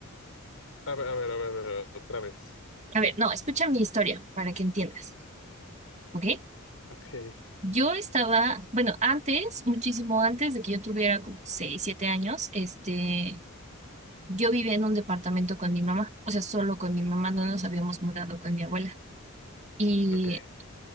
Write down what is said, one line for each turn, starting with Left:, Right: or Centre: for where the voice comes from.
Left: A ver, a ver, a ver, a ver, otra vez.
Right: A ver, no, escucha mi historia para que entiendas, ¿ok?
Left: Ok,
Right: Yo estaba, bueno, antes, muchísimo antes de que yo tuviera como 6 7 años, este, yo vivía en un departamento con mi mamá, o sea, solo con mi mamá, no nos habíamos mudado con mi abuela. Y
Left: ok.